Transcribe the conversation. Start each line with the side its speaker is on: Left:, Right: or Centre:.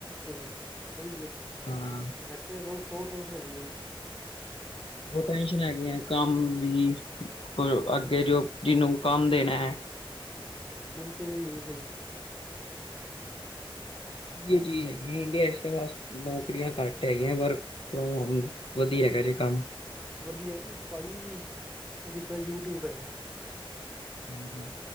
Centre: ਔਹੀ ਹੈ,
Left: ਹਾਂ
Centre: ਇਥੇ ਰੋਹ ਸੋ ਟੈਂਸ਼ਨ ਹੇਗੀਆ ਨੇ
Left: ਬਹੁਤ ਟੈਂਨਸ਼ਨ ਹੈਗੀ ਐ, ਕੰਮ ਦੀ ਅੱਗੇ ਜੋ, ਜਿਹਨੂੰ ਕੰਮ ਦੇਣਾ ਹੈ
Centre: ਬਿਲਕੁਲ ਜੀ ਬਿਲਕੁਲ
Left: ਕੀ ਚੀਜ਼ ਹੈਗੀ, ਇੰਡੀਆ ਇਸ ਬਸ ਨੌਕਰੀਆਂ ਘੱਟ ਹੈਗੀਆਂ ਪਰ ਫੋ ਵਧ ਹੈਗਾ ਜੇ ਕੰਮ
Centre: ਵਧੀਆ ਭਾਜੀ ਜਿੱਦਾਂ ਯੂਟਿਊਬ ਹੈਗਾ
Left: ਹਾਂਜੀ